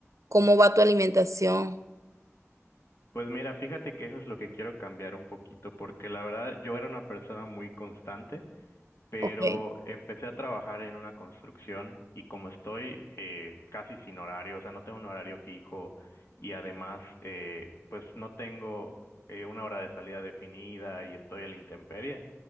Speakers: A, on the right; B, on the left.
A: ¿Cómo va tu alimentación?
B: Pues mira, fíjate que eso es lo que quiero cambiar un poquito, porque la verdad yo era una persona muy constante. pero
A: Ok.
B: empecé a trabajar en una construcción y como estoy eh, casi sin horario, o sea, no tengo un horario fijo y además, eh, pues no tengo eh, una hora de salida definida y estoy a la intemperie,